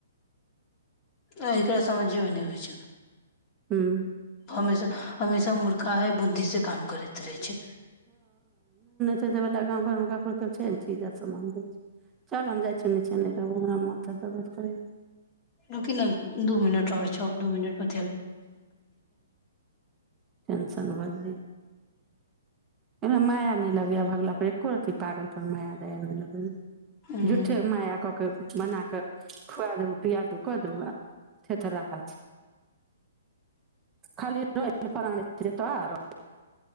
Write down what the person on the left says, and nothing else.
आ एकरा समझेमे नई होइ छैय
हमेशा हमेशा मूर्खाहे बुद्धि से काम करैत रहै छैय
रूकही न दू मिनट तोहर छौ दू मिनट में
हुं